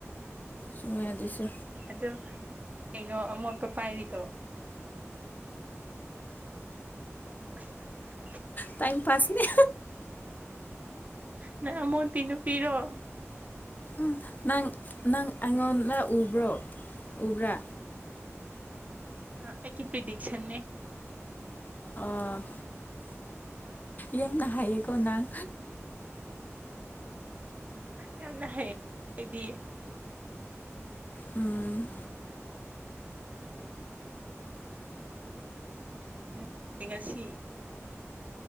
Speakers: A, on the left; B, on the right.
A: ꯆꯨꯝꯃꯦ ꯑꯗꯨꯁꯨ
B: ꯑꯗꯨ ꯀꯩꯅꯣ ꯑꯃꯣꯠꯄ ꯄꯥꯏꯔꯤꯗꯣ <unintelligible>
A: ꯇꯥꯏꯝ ꯄꯥꯁꯅꯦ
B: ꯅꯪ ꯑꯃꯧꯠꯄꯤ ꯅꯨꯄꯤꯔꯣ
A: ꯎꯝ ꯅꯪ ꯅꯪ ꯑꯩꯉꯣꯟꯗ ꯎꯕ꯭ꯔꯣ ꯎꯕ꯭ꯔꯥ
B: ꯑꯩꯒꯤ ꯄ꯭ꯔꯤꯗꯤꯛꯁꯟꯅꯦ
A: ꯑꯣ ꯌꯝꯅ ꯍꯥꯏꯌꯦꯀꯣ ꯅꯪ
B: ꯌꯥꯝꯅ ꯍꯩ ꯑꯩꯗꯤ
A: ꯎꯝ
B: ꯎꯝ ꯉꯁꯤ